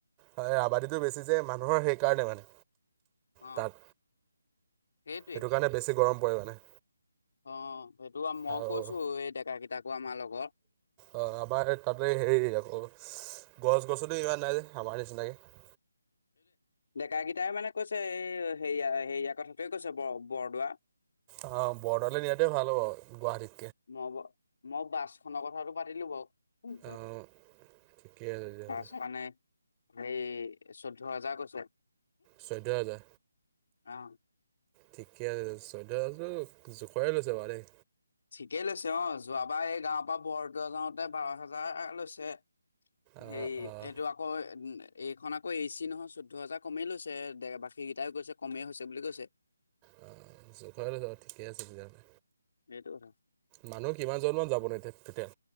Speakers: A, on the right (about 15°); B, on the left (about 55°).
A: হয় আবাদিটো বেছি যে মানুহৰ সেইকাৰণে মানে
B: অ'।
A: তাত
B: সেইটোৱে
A: সেইটো কাৰণে বেছি গৰম পৰে মানে।
B: অ সেইটো মই
A: আৰু
B: কৈছোঁ এই ডেকা কেইটাকো আমাৰ লগত
A: অ আমাৰ তাতে হেৰি আকৌ গছ গছনি ইমান নাই যে আমাৰ নিচিনাকে
B: ডেকা কেইটাই মানে কৈছে এই হেৰিয়া হেৰিয়াৰ কথাটোৱে কৈছে ব বৰদোৱা।
A: অ বৰ্ডাৰলে নিয়াতে ভাল হ'ব গুৱাহাটীত
B: মই মই বাছখনৰ কথাটো পাতিলোঁ বাৰু
A: অঁ ঠিকেই আছে তেতিয়াহ'লে
B: বাছ মানে সেই চৈধ্যয় হাজাৰ কৈছে।
A: চৈধ্য হাজাৰ
B: অ
A: ঠিকে আছে চৈধ্য হাজাৰটো জোখৰে লৈছে বাৰু দেই।
B: ঠিকেই লৈছে অ যোৱাবাৰ এই গাঁৱৰ পৰা বৰটো যাওঁতে বাৰ হেজাৰ লৈছে।
A: অঁ
B: হেৰী
A: অঁ
B: এইটো আকৌ। এইখন আকৌ এ চি নহয় চৈধ্য হাজাৰ কমেই লৈছে দে বাকীকেইটাইও কৈছে কমেই হৈছে বুলি কৈছে।
A: অ ঠিকে আছে তেতিয়াহলে।
B: এইটো কথা।
A: মানুহ কিমানজন মান যাবনে এতিয়া তেতিয়া।